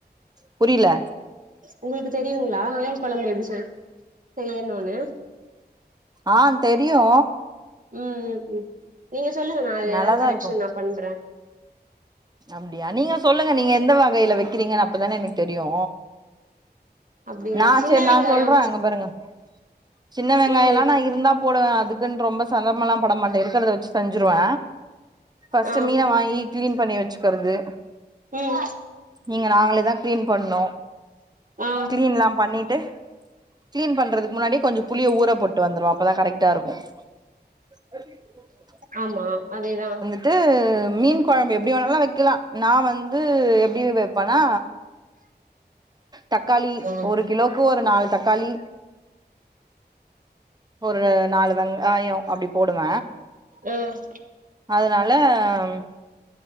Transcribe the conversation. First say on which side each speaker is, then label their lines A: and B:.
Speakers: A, on the right; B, on the right.
A: புரில
B: உங்ளுக்கு தெரியுங்ளா மீன் கொழம்பு எப்டி செய் செய்யணுன்னு
A: ஆ தெரியு
B: ம் ம் உம் நீங்க சொல்லுங்க நா
A: நல்லாதா
B: ஏதாவது கரெக்ஷன்னா
A: இருக்கு
B: பண்ற
A: அப்டியா நீங்க சொல்லுங்க நீங்க எந்த வகையில வக்கிறீங்கன்னு அப்பதான எனக்கு தெரியோ
B: அப்டிங்களா
A: நா
B: சின்ன
A: சேர்
B: வெங்காயோ
A: நா சொல்ற அங்க பாருங்க சின்ன வெங்காயலா
B: ம்
A: நா இருந்தா போடுவ அதுக்குன்டு ரொம்ப சங்கமேலா படமாட்ட இருக்கறத வச்சி செஞ்சுருவ ஃபர்ஸ்ட்
B: ஆ
A: மீன வாங்கி க்ளீன் பண்ணி வச்சுக்கறது
B: ம்
A: நீங்க நாங்களே தா க்ளீன் பண்ணு
B: ஆ
A: கிளீன்லா பண்ணிட்டு கிளீன் பண்றதுக்கு முன்னாடியே கொஞ்சோ புளிய ஊர போட்டு வந்துருவ அப்பதா கரெக்டா இருக்கு இந்த <inaudible>
B: ஆமா அதேதா
A: ட்டு மீன் கொழம்பு எப்டி வேணாலு வெக்கலா நா வந் து எப்டி வெப்பனா தக்காளி
B: ம்
A: ஒரு கிலோக்கு ஒரு நாலு தக்காளி ஒரர் நாலு வெங்காயோ அப்டி போடுவ
B: ஆ
A: அதனால அம்